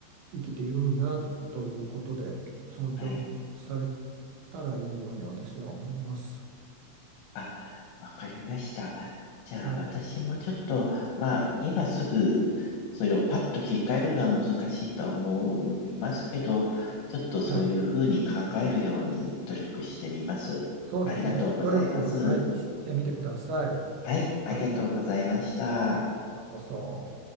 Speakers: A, on the right; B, on the left.
A: 生きているんだということで、尊重され
B: はい。
A: たらいいように私は思います。
B: あ、わかりました。じゃあ、
A: はい。
B: 私もちょっと、まあ、今すぐ、それをパッと切り替えるのは難しいと思いますけど、ちょっとそういうふうに考えるように努力してみます。
A: はい。そうですね。
B: ありがとうございます。
A: 努力、はい、してみてください。
B: はい、ありがとうございました。
A: はい。こちらこそ。